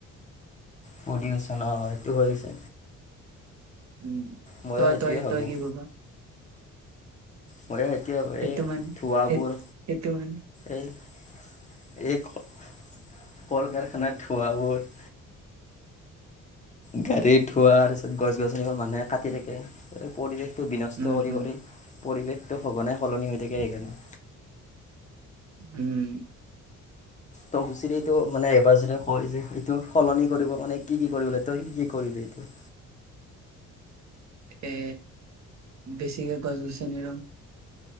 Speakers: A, on the left (about 25°); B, on the right (about 65°).
A: পলিউচন অ', এইটো হৈছে।
B: উ,
A: ময়ো
B: তই-তই-তই
A: সেইটোৱে ভাবোঁ
B: কি ভাব?
A: মইও সেইটোৱে ভাবো
B: সেইটো
A: এইয
B: মানে
A: ধোৱাবোৰ।
B: সেই সেইটো মানে
A: এই-এই কল-কাৰখানাৰ ধোৱাবোৰ। গাড়ীত ধোৱাৰ তাৰ পিছত গছ-গছনি বোৰ মানুহে কাটি থাকে। পৰিৱেশটো বিনষ্ট
B: উম
A: কৰি
B: হম
A: কৰি, পৰিৱেশটো সঘনাই সলনি হৈ থাকে সেইকাৰণে।
B: উম।
A: তোক যিদি এইটো মানে এবাৰ যেনে কয় যে এইটো সলনি কৰিব, মানে কি-কি কৰিবলৈ তই কি কি কৰিবি এইটো?
B: এ বেছিকে গছ-গছনি ৰুম।